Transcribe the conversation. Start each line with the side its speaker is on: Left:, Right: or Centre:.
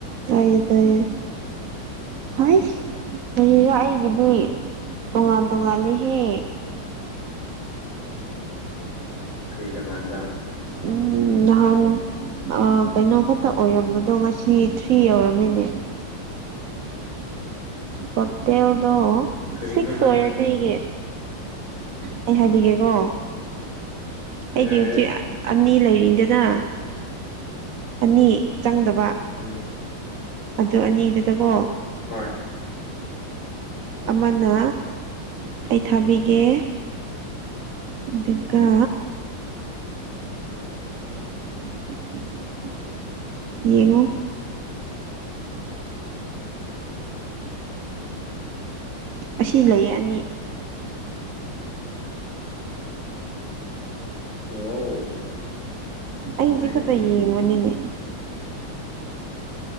Right: ꯇꯥꯢꯌꯦ ꯇꯥꯢꯌꯦ ꯍꯥꯏꯁ ꯀꯔꯤꯔ ꯑꯩꯒꯤꯗꯤ ꯇꯣꯉꯥꯟ ꯇꯣꯉꯥꯟꯂꯦꯍꯦ
Left: ꯐꯔꯤꯗ ꯉꯥꯟꯕ
Right: ꯎꯝ ꯅꯍꯥꯟ ꯑ ꯀꯩꯅꯣ ꯈꯛꯇ ꯑꯣꯏꯔꯝꯕꯗꯣ ꯉꯁꯤ ꯊ꯭ꯔꯤ ꯌꯧꯔꯝꯃꯤꯅꯦ ꯇꯣꯇꯦꯜꯗꯣ
Left: ꯀꯔꯤꯅꯣ
Right: ꯁꯤꯛꯁ
Left: ꯅꯪ
Right: ꯑꯣꯏꯔꯅꯦ
Left: ꯍꯥꯏꯕꯁꯦ
Right: ꯑꯩꯒꯤ ꯑꯩ ꯍꯥꯏꯕꯤꯒꯦꯀꯣ
Left: ꯅꯨꯡꯉꯥꯏꯔꯦ
Right: ꯑꯩꯒꯤ ꯏꯆꯦ__ ꯑꯅꯤ ꯂꯩꯔꯤꯗꯅ ꯑꯅꯤ ꯆꯪꯗꯕ
Left: ꯎꯝ
Right: ꯑꯗꯨ ꯑꯅꯤꯗꯨꯗꯀꯣ
Left: ꯍꯣꯏ ꯎꯝ
Right: ꯑꯃꯅ ꯑꯩ ꯊꯥꯕꯤꯒꯦ ꯑꯗꯨꯒ <inaudible> ꯌꯦꯡꯉꯨ꯫ ꯑꯁꯤ ꯂꯩꯌꯦ ꯑꯅꯤ꯫
Left: ꯋꯥꯎ꯫
Right: ꯑꯩꯖꯤ
Left: ꯅꯨꯡꯉꯥꯏꯅꯤ
Right: ꯈꯠꯇ
Left: ꯅꯪꯗꯤ
Right: ꯌꯦꯡꯕꯅꯤꯅꯦ꯫